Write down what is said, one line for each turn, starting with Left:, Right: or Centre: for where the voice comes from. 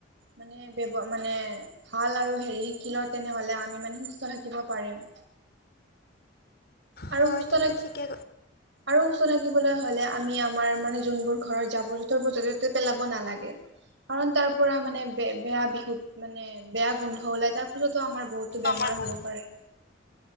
Right: মানে ব্যৱ মানে ভাল আৰু হেৰি শিকিও তেনেহ'লে আমি মানে সুস্থ থাকিব পাৰিম আৰু
Left: হয়
Right: সুস্থ
Left: তুমি
Right: থাক
Left: ঠিকে
Right: আৰু সুস্থ থাকিবলৈ হলে আমি আমাৰ মানে যোনবোৰ ঘৰৰ জাবৰ জোথৰবোৰ যতে ত'তে পেলাব নালাগে কাৰণ তাৰ পৰা মানে বেয়া বিখোত মানে বেয়া গোন্ধ ওলাই তাৰ ফলতো আমাৰ বহুতো বেমাৰ
Left: আমাৰ বহুত
Right: হ'ব পাৰে